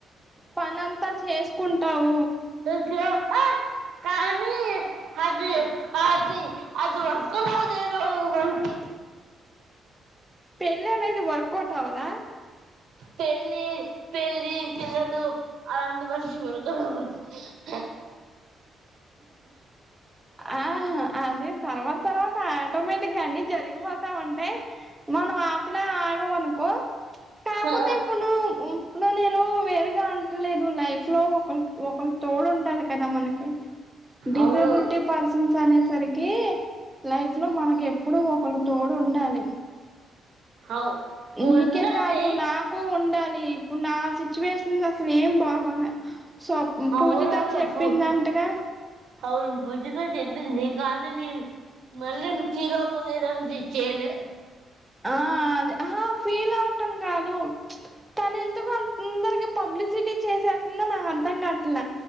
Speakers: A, in the centre; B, on the right.
A: పనంతా చేసుకుంటావు
B: అయ్యో కానీ అది అసి అది వర్కౌట్ అవ్వలేదు వనీకి
A: తెల్లోడైతే వర్కౌట్ అవ్వదా
B: పెళ్ళి పెళ్ళి తెల్డు ఆ రెండు మనిషి <unintelligible>
A: ఆ అదే తర్వాత తర్వాత ఆటోమేటిక్ ఇగ అన్ని జరీగిపో తం అంటే మనం ఆపిన ఆగం ఆనుకో కాకపోతే
B: ఆ,
A: ఇప్పుడు నువ్వు ఇప్పుడు నేను వేరుగా ఉంటలేదు లైఫ్ లో ఒక ఒకరు తోడు ఉండాలి కదా మనకి డిసేబూలిటీ
B: అవును
A: పర్సన్స్ అనేసి సరికి లైఫ్ లో మనకి ఏ ఏప్పుడు ఒకలు తోడు ఉండాలి.
B: అవు-
A: నీకే
B: ఉన్నది
A: కాదు నాకు ఉండలీ పీప్ ఇప్పుడు నా సిచ్యువేషన్ అసలు ఏం బాగోలే స్వప్
B: అవునవును
A: పూజిత చెప్పింది
B: పు-
A: అంటగా
B: అవును పూజగా చెప్పింది కానీ నేను మళ్ళ ఫీల్ అవుత ఏమో అని చేయలే
A: ఆ అదే ఆ ఫీల్ ఔటు కాదు తను ఎందుకు అ తొందరగా పబ్లిసిటీ చేసేంద నా అర్థం గాట్ల